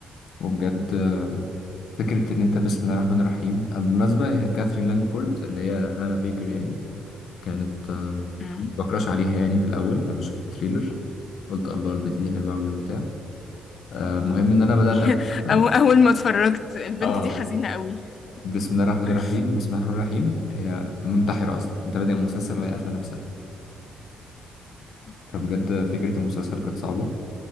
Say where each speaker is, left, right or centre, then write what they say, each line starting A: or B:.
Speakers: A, on the left; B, on the left.
A: وبجد آه، فكرة ان انت بسم الله الرحمن الرحيم بالمناسبة هي كاثرين لانجفورد اللي هي هانا بيكر يعني كانت
B: مم.
A: بكراش عليها يعني في الاول لما شفت التريلر قلت الله البت دي حلوه قوي وبتاع آه، المهم ان انا بدات
B: <laughs>
A: اول حلقه
B: أو أول ما اتفرجت البنت
A: اه
B: دي حزينة قوي
A: بسم الله الرحمن
B: <laughs>
A: الرحيم بسم الله الرحمن الرحيم هي منتحره اصلا انت بادئ المسلسل وهي قاتله نفسها
B: أوكي.
A: فبجد فكره المسلسل كانت صعبه